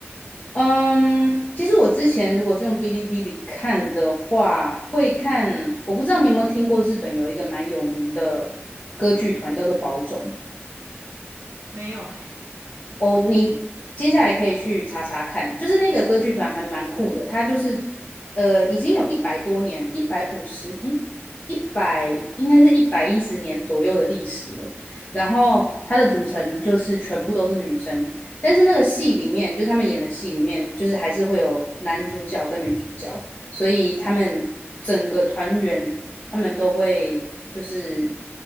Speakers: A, on the left; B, on the right.
A: 嗯，其实我之前如果是用哔哩哔哩看的话，会看，我不知道你有没有听过日本有一个蛮有名的歌剧团叫做宝冢，
B: 没有哎，
A: 哦，你接下来可以去查查看，就是那个歌剧团还蛮酷的，它就是呃已经有一百多年，一百五十，诶，一百应该是一百一十年左右的历史了。然后它的组成就是全部都是女生，但是那个戏里面，就是他们演的戏里面，就是还是会有男主角跟女主角，所以他们整个团员他们都会就是，